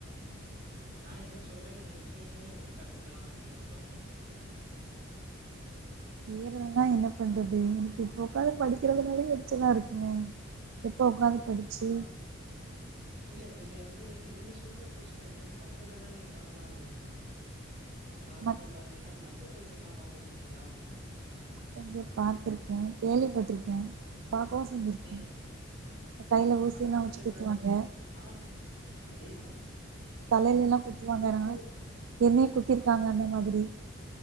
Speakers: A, on the right (about 45°); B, on the right (about 75°).
A: நா என்ன சொல்ற நீங்க இப்பயுமே வந்து கத்துக்கலா அப்டின்னு சொல்ற
B: ஏறல்லனா என்ன பண்றது எனக்கு இப்ப உக்காந்து படிக்குறதுனாலயே எரிச்சலா இருக்குமே எப்போ உக்காந்து படிச்சு
A: ஆ, இல்ல நீங்க வந்து நீங்க சொல்ற கோர்ஸ் படிக்காம மத்ததெல்லா நீங்க பாக்கலால்ல அதாவது
B: மத்
A: பாத்தீங்கன்னா இந்த அக்குபஞ்சர்ல்லா பாத்துருக்கீங்களா
B: கொஞ்சர் பாத்திருக்க கேள்விப்பட்ருக்க பாக்கவு செஞ்சிருக்க
A: ம்.
B: இந்த கைய்ல ஊசில்லா
A: அக்குபஞ்சர்
B: வச்சு குத்துவாங்க
A: வந்து ஆ அதேதான்.
B: தலையிலல்லா குத்துவாங்கனா
A: குங்ஃபூ
B: என்னயு குத்திருக்காங்க
A: ஆமா.
B: அந்த மாதிரி